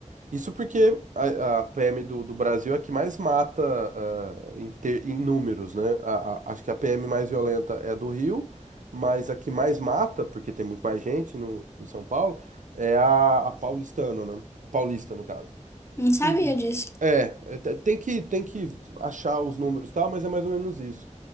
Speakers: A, on the right (about 85°); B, on the left (about 20°).
A: Isso porque a, a PM do, do Brasil é a que mais mata ah, em, ter- em números, né? A- a- acho que a PM mais violenta é a do Rio, mas a que mais mata, porque tem muito mais gente no, em São Paulo, é a, a paulistana, né? A paulista, no caso.
B: Não sabia
A: E
B: disso.
A: é, é, te- tem que, tem que achar os números e tal, mas é mais ou menos isso.